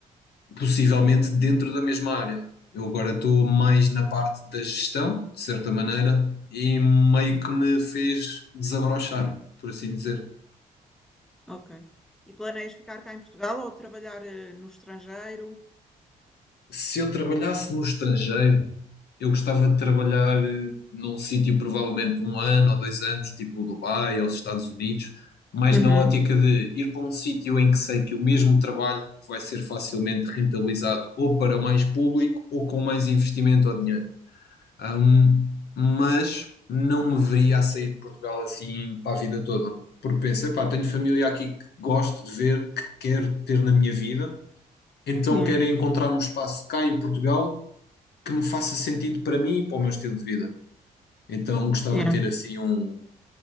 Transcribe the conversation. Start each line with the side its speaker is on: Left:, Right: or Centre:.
Left: Possivelmente dentro da mesma área. Eu agora estou mais na parte da gestão, de certa maneira, e meio
Centre: Sim.
Left: que me fez desabrochar, por assim dizer.
Centre: Ok. E planeias ficar cá em Portugal ou trabalhar eh, no estrangeiro?
Left: Se eu trabalhasse no estrangeiro, eu gostava de trabalhar eh, num sítio provavelmente um ano ou dois anos, tipo Dubai ou os Estados Unidos, mas
Centre: Uhum.
Left: na ótica de ir para um sítio em que sei que o mesmo trabalho vai ser facilmente rentabilizado ou para mais público ou com mais investimento ou dinheiro. Ahm, mas não me veria a sair de Portugal assim para a vida toda, porque pensei, pá, tenho família aqui que gosto de ver, que quero ter na minha vida então
Centre: Yeah,
Left: querem encontrar um espaço cá em Portugal que me faça sentido para mim e para o meu estilo de vida. Então gostava
Centre: yeah.
Left: de ter assim um,